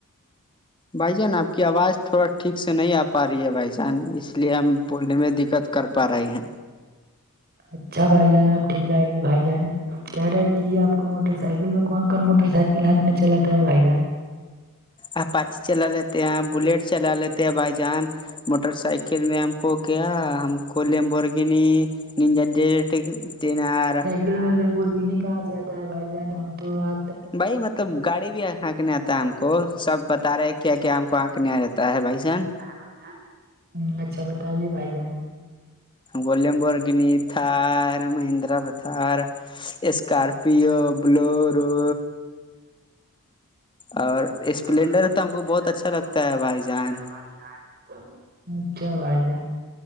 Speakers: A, on the left; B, on the right.
A: بھائی جان آپ کی آواز تھوڑا ٹھیک سے نہیں آ پا رہی ہے بھائی جان اس لیے ہم بولنے میں دقت کر پا رہے ہیں
B: اچھا بھائی جان اب ٹھیک آئے گی بھائی جان کہہ رہے ہے کہ آپ کو موٹر سائیکل میں کون کون موٹر سائیکل ہاننکنا چلاتا ہے بھائی جان
A: آ پاچ چلا لیتے ہیں بلیٹ چلا لیتے ہیں بائی جان موٹر سائیکل میں ہم کو کیا ہم کولی ہم بورگ نہیں نجر ڈٹ تینار
B: مرگی نہیں کہاں سے آتا ہے بھائی جان ہم تو آ
A: بھائی مطلب گاڑی بھی ہھیکنے آتا ہے ہم کو سب بتا رہے کیا کیا ہم کو آنکھنے آ رہتا ہے بھائی سان
B: بھائی جان ہ اچھا بتائیے بھائی جان
A: گلیم بورگنی تھار مہندرا پ تھار اسکارپیو بلورو اور اسپلینڈر
B: اور
A: تو
B: اسپلینڈر
A: ہم کو بہت اچھا
B: س ہم
A: لگتا
B: بہت
A: ہے
B: اچھا
A: بھائی جان
B: لگتا ہے بھائی یہار اچھا بھائی جان